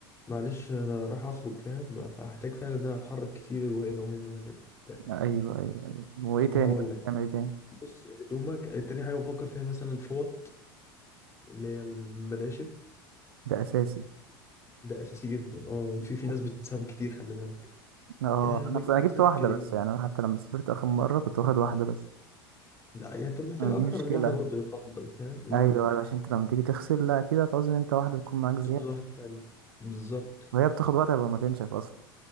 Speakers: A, on the left; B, on the right.
A: معلش انا راح اخرج فاهم فهحتاج فعلا ان انا اتحرك كتير وهنا وهنا وهنا بتاع.
B: ايوه ايوه ايوه وايه تاني
A: هقول لك
B: بتعمل ايه تاني
A: بص هدومك تاني حاجة بفكر فيها مثلا الفوط اللي هي المناشف
B: ده اساسي
A: ده اساسي جدا اه وفي
B: <laughs>
A: في ناس بتنساهم كتير خلي بالك
B: اه
A: أه
B: انا
A: بجيب
B: انا جبت
A: مثلا
B: واحدة
A: كريم
B: بس يعني انا حتى لما سافرت اخر مرة كنت واخد واحدة بس
A: لا يعني انت محتاج
B: أنا
A: اكتر
B: دي مشكلة
A: من واحدة برضه يفضل فاهم امم
B: ايوه أيوة، عشان انت لما تيجي تغسل لا كده هتعوز ان انت واحدة تكون معاك
A: هتقعد
B: زيادة
A: واحدة تانية بالظبط
B: وهي بتاخد وقت قبل ما تنشف اصلا